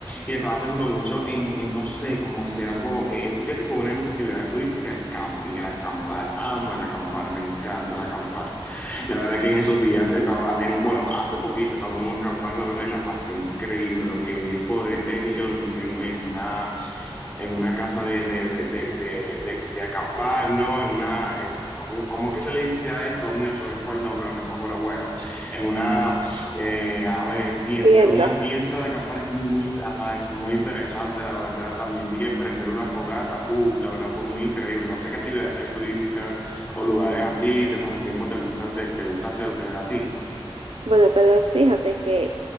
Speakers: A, on the left; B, on the right.
A: y estaba pensando mucho en, en, no sé, cómo hacer algo. eh, fíjate que una de mis actividades turísticas es camping, el acampar. Amo el acampar, me encanta el acampar. La verdad que en esos días estaba en, bueno, hace poquito estaba en un acampar, la verdad, y la pasé increíble, lo que es poder eh, de que dormir en, en una en una casa de, de, de, de de de, de acampar, ¿no? En una, en, ¿cómo, cómo que se le diste a eso? Mío, se me fue el nombre lo mismo, pero bueno, en una, eh, a ver, tienda,
B: Tienda.
A: en una tienda de acampar es muy, ajá, es muy interesante, la verdad, también dije prender una fogata, uff, la verdad fue muy increíble, no sé qué actividades turísticas o lugares así de pasatiempo te gusta, te, te gusta hacer o tener a ti.
B: Bueno, pero fíjate que